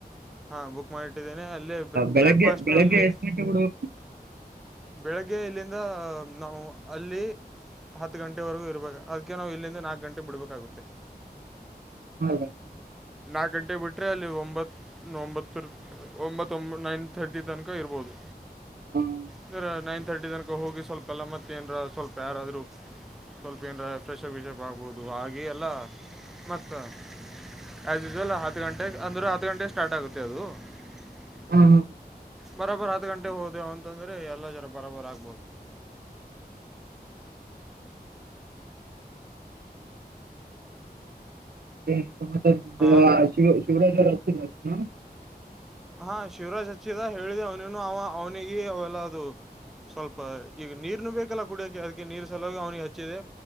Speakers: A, in the centre; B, on the right (about 70°).
A: ಹಾ ಬುಕ್ ಮಾಡಿಟ್ಟಿದ್ದೇನೆ ಅಲ್ಲಿ
B: ಬೆಳಗ್ಗೆ
A: ಬ್ರೇಕ್ಫಾಸ್ಟ್ನು
B: ಬೆಳಗ್ಗೆ
A: ಅಲ್ಲಿ!
B: ಎಷ್ಟು
A: <inaudible>
B: ಗಂಟೆ ಬಿಡ್ಬೇಕು?
A: ಬೆಳಿಗ್ಗೆ ಇಲ್ಲಿಂದ ನಾವು ಅಲ್ಲಿ? <inaudible> ಹತ್ತು ಗಂಟೆವರೆಗೂ ಇರಬೇಕ! ಅದಕ್ಕೆ ನಾವು ಇಲ್ಲಿಂದ ನಾಲ್ಕು ಗಂಟೆ ಬಿಡ್ಬೇಕಾಗುತ್ತೆ? <inaudible>
B: ಹೌದ? <inaudible>
A: ನಾಲ್ಕು ಗಂಟೆಗೆ ಬಿಟ್ರೆ ಅಲ್ಲಿ ಒಂಬತ್ತು ಒಂಬತ್ತುರು ಒಂಬತ್ತು ಒಂಬ ನೈನ್! <inaudible> ಥರ್ಟಿ ತನಕ ಇರ್ಬೋದು!
B: ಹ್ಮ್.
A: ಇದರ ನೈನ್ ತಥರ್ಟಿ ತನಕ. <inaudible> ಎಲ್ಲಾ ಹೋಗಿ ಸ್ವಲ್ಪ! ಎಲ್ಲ ಮತ್ತೆ ಏನಾದರೂ ಸ್ವಲ್ಪ ಯಾರಾದ್ರೂ? <inaudible> ಸ್ವಲ್ಪ ಏನಾದರೂ ಫ್ರೆಷಪ್ ವಿಷಪ್ ಆಗ್ಬೋದು ಹಾಗೆ ಎಲ್ಲ ಮತ್ತ? <inaudible> ಆ್ಯಸ್ ಯೂಶುವಲ್ ಹತ್ತು ಗಂಟೆಗೆ ಅಂದ್ರೆ! ಹತ್ತು ಗಂಟೆಗೆ ಸ್ಟಾರ್ಟ್ ಆಗುತ್ತೆ ಅದು? <unintelligible>
B: ಹ ಹ. <inaudible>
A: ಬರೋಬರ್ರೋ ಹತ್ತು ಗಂಟೆ ಹೋದೆವು ಅಂತಂದ್ರೆ ಎಲ್ಲಾ ಜರ ಬರಾಬರ್ ಆಗ್ಬೋದು? <inaudible>
B: ಏನು ಏನುಸಮಾಚಾರ!
A: ಹಾಂ
B: ಶಿವರಾಜ ಅಂತ ನಾವು? <inaudible>
A: ಹಾ ಶಿವರಾಜ್ ಹಚ್ಚಿದ ಹೇಳಿದೆ! ಅವನನು ಅವ ಅವ್ನಿಗೆ ಅವೆಲ್ಲ ಅದು? <inaudible> ಸ್ವಲ್ಪ ಈಗ ನೀರು ನು ಬೇಕಲ್ಲ ಕುಡಿಯಕೆ ಅದಕ್ಕೆ ನೀರ್ ಸಲುವಾಗಿ ಅವನಿಗೆ ಹಚ್ಚಿದೆ.